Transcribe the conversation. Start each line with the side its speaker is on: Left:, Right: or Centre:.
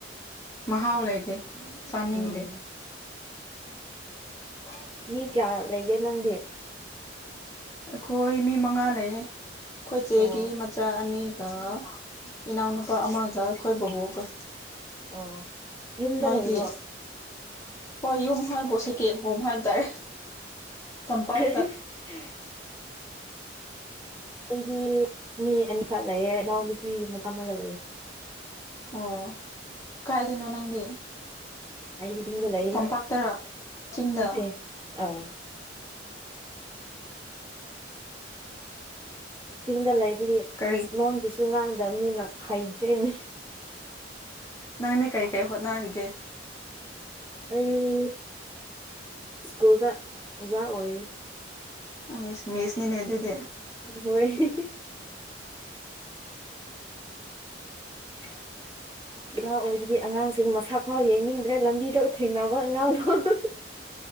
Left: ꯃꯍꯥꯎꯂꯩꯏꯦ ꯆꯥꯅꯤꯡꯗꯦ
Right: ꯎꯝ
Left: <unintelligible>
Right: ꯃꯤ ꯀꯌꯥ ꯂꯩꯒꯦ ꯅꯪꯗꯤ
Left: ꯑꯩꯈꯣꯏ ꯃꯤ ꯃꯉꯥ ꯂꯩ ꯑꯩꯈꫭꯏꯆꯦꯒꯤ
Right: ꯑꯣ
Left: ꯏꯆꯥ ꯑꯅꯤꯒ ꯏꯅꯥꯎꯅꯨꯄꯥ ꯑꯃꯒ ꯑꯩꯈꯣꯏ ꯕꯕꯣꯛꯒ
Right: ꯑꯣ ꯌꯨꯝꯗ
Left: ꯅꯣꯏꯗꯤ
Right: ꯂꯩꯕ꯭ꯔꯣ
Left: ꯍꯣꯏ ꯌꯨꯝ ꯍꯥꯏꯕꯨ ꯁꯦꯀꯦꯟ ꯍꯣꯝ ꯍꯥꯏꯕ ꯇꯥꯔꯦ꯫ ꯇꯝꯄꯥꯛꯇ
Right: <unintelligible> ꯑꯩꯗꯤ ꯃꯤ ꯑꯅꯤꯈꯛ ꯂꯩꯌꯦ ꯏꯅꯥꯎ ꯅꯨꯄꯤ ꯃꯆꯥꯥꯝꯃꯒ ꯂꯩꯑꯦ꯫
Left: ꯑꯣ ꯀꯥꯏꯗꯅꯣ ꯅꯪꯗꯤ꯫
Right: ꯑꯩꯗꯤ ꯆꯤꯡꯗ ꯂꯩꯌꯦ
Left: ꯇꯝꯄꯥꯛꯇꯔꯥ ꯆꯤꯡꯗ
Right: ꯅꯠꯇꯦ ꯑꯥ ꯆꯤꯡꯗ ꯂꯩꯕꯒꯤ
Left: ꯀꯔꯤ
Right: ꯑꯁ ꯂꯣꯟꯁꯤꯁꯨ ꯉꯥꯡꯗꯕ ꯃꯤꯅ ꯍꯩꯇ꯭꯭ꯔꯦꯅꯦ꯫
Left: ꯅꯪꯗꯤ ꯀꯩ ꯀꯩ ꯍꯣꯠꯅꯔꯤꯒꯦ꯫
Right: ꯑꯩ ꯁ꯭ꯀꯨꯜꯗ ꯑꯣꯖꯥ ꯑꯣꯏꯔꯤ꯫
Left: ꯑꯩ ꯃꯤꯦꯁꯅꯤꯅꯦ ꯑꯗꯨꯗꯤ
Right: ꯍꯣꯏ <inaudible> ꯑꯣꯖꯥ ꯑꯣꯏꯕꯒꯤ ꯑꯉꯥꯡꯁꯤꯡ ꯃꯁꯥ ꯈꯥꯎ ꯌꯩꯅꯤꯡꯗ꯭ꯔꯦ ꯂꯝꯕꯤꯗ ꯊꯦꯡꯅꯕ ꯑꯉꯥꯡꯗꯥꯎ ꯫